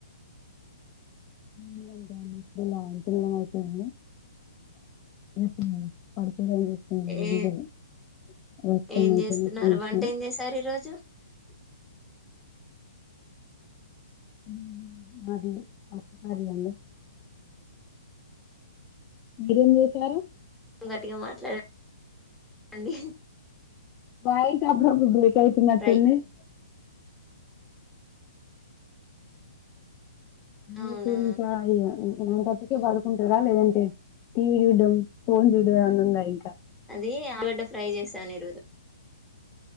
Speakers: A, on the left (about 30°); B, in the centre.
A: తినడం అయిపోయింద <inaudible>
B: ఏ
A: పడుకోడానికి
B: ఏం చేస్తున్నారు వంట ఏం చేశారు ఈరోజు
A: ఆహు మాది పప్పు చారు అండి మీరేం చేసారు
B: ట్టిగా మాట్లా డండి
A: వాయిస్ అప్పుడప్పుడు బ్రేక్ అయి నట్టు
B: ఫ్రై
A: ఉంది <inaudible> మీకీ
B: అవునా
A: ఇంక అయి య టెన్ థర్టీ కి పడుకుంటరా లేదంటే టీవీ చూడడం ఫోన్ చూడడం అని ఉందా ఇంకా
B: అదీ ఆలుగడ్డ ఫ్రై చేశాను రోజు